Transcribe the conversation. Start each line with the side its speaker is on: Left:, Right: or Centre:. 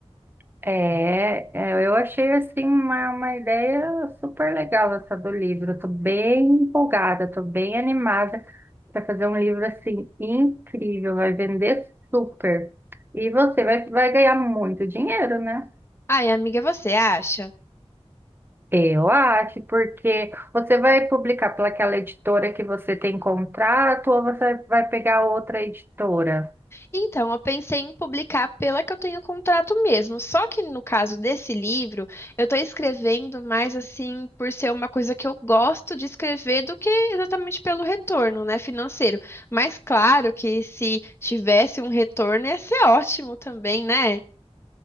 Right: É, é, eu achei, assim, uma, uma ideia super legal essa do livro. estou bem empolgada, estou bem animada. Vai fazer um livro assim incrível, vai vender super. E você vai, vai ganhar muito dinheiro, né?
Left: Ai, amiga, você acha?
Right: Eu acho, porque você vai publicar pelaquela editora que você tem contrato ou você vai pegar outra editora?
Left: Então, eu pensei em publicar pela que eu tenho contrato mesmo. Só que no caso desse livro, eu tô escrevendo mais assim por ser uma coisa que eu gosto de escrever do que exatamente pelo retorno, né, financeiro. Mas claro que se tivesse um retorno ia ser ótimo também, né?